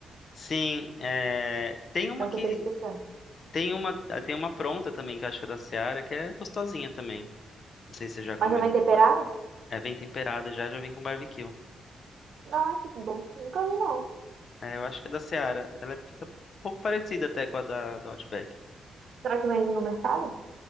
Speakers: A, on the left; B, on the right.
A: Sim, é, tem uma
B: É um
A: que
B: tempero especial.
A: tem uma ah, tem uma pronta também que eu acho que é da Seara, que é gostosinha também. Não sei se você já comeu.
B: Mas já vem temperado?
A: mas- É, vem temperada já, já vem com barbecue.
B: Não, é que bom. Nunca vi, não.
A: É, É, eu acho que é da Seara. Ela fica um pouco parecida até com a da do Outback.
B: Será que vende no mercado?